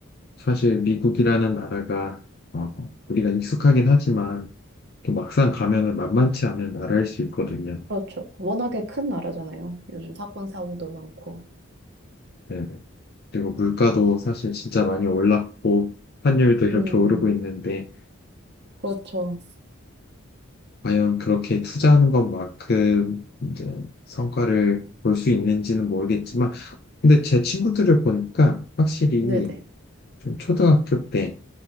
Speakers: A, on the left; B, on the right.
A: 사실 미국이라는 나라가 어, 우리가 익숙하긴 하지만 또 막상 가면은 만만치 않은 나라일 수 있거든요.
B: 그렇죠. 워낙에 큰 나라잖아요. 요즘 사건 사고도 많고.
A: 네네. 그리고 물가도 사실 진짜 많이 올랐고 환율도 이렇게
B: 음,
A: 오르고
B: 음.
A: 있는데
B: 그렇죠.
A: 과연 그렇게 투자하는 것만큼 이제 성과를 볼 수 있는지는 모르겠지만, 근데 제 친구들을 보니까 확실히
B: 네네.
A: 좀 초등학교 때,